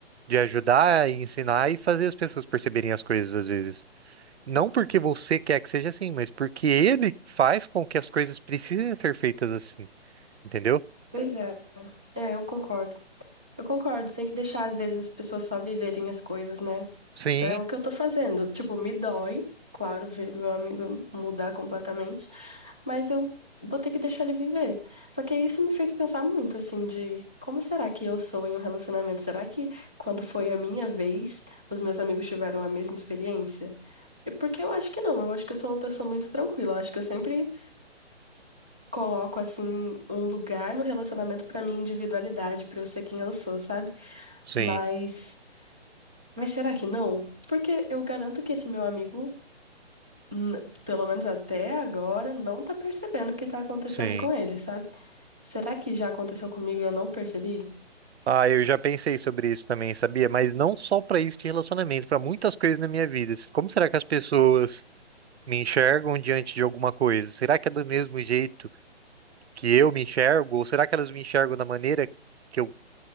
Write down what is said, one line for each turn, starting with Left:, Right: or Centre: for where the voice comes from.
Right: de ajudar, ensinar e fazer as pessoas perceberem as coisas às vezes. Não porque você quer que seja assim, mas porque ele faz com que as coisas precisem ser feitas assim, entendeu?
Centre: Pois é. É, eu concordo. Eu concordo, tem que deixar, às vezes, as pessoas só viverem as coisas, né?
Right: Sim,
Centre: É o que eu tô fazendo. Tipo, me dói, claro, ver meu amigo mudar completamente. mas eu vou ter que deixar ele viver. Só que isso me fez pensar muito, assim, de como será que eu sou em um relacionamento? Será que quando foi a minha vez, os meus amigos tiveram a mesma experiência? E Porque eu acho que não, eu acho que eu sou uma pessoa muito tranquila. Eu acho que eu sempre coloco, assim, um lugar no relacionamento pra minha individualidade, pra eu ser quem eu sou, sabe?
Right: sim,
Centre: Mas, mas será que não? Porque eu garanto que esse meu amigo, n- pelo menos até agora, não tá percebendo o que tá acontecendo
Right: sim.
Centre: com ele, sabe? Será que já aconteceu comigo e eu não percebi?
Right: Ah, eu já pensei sobre isso também, sabia? Mas não só pra isso de relacionamento, pra muitas coisas na minha vida. Como será que as pessoas me enxergam diante de alguma coisa? Será que é do mesmo jeito que eu me enxergo? Ou será que elas me enxergam da maneira que eu